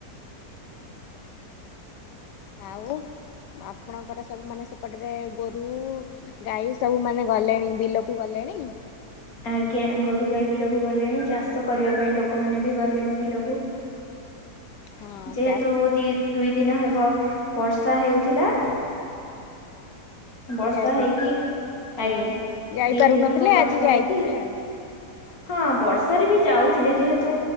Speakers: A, on the left; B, on the left.
A: ଆଉ ଆପଣଙ୍କର ସବୁ ମାନେ ସେପଟରେ ଗୋରୁ ଗାଈ ସବୁ ମାନେ ଗଲେଣି ବିଲକୁ ଗଲେଣି ଏଣିକି
B: ଆଜ୍ଞା, ଗୋରୁ ଗାଈ ବିଲକୁ ଗଲେଣି, ଚାଷ କରିବା ପାଇଁ ଲୋକମାନେ ବି ଗଲେଣି ବିଲକୁ <inaudible>
A: ହଁ
B: ଯେହେତୁ
A: ଚାଷ
B: ଦି ଦୁଇ ଦିନ ହେବ ବର୍ଷା ହେଇ ଥିଲା। ବର୍ଷା
A: ଯାଇପ
B: ହେଇକି, ଆଜ୍ଞା,
A: ଯାଇପାରୁନଥିଲେ
B: ଦି ଦିନ ହବ ବର୍ଷା
A: ଆଜି ଯାଇଥିବେ
B: ହେଇକି ହଁ
A: ଆଉ।
B: ବର୍ଷା ବଷରେ ବି ଯାଉଥିଲେ, ଯେହେତୁ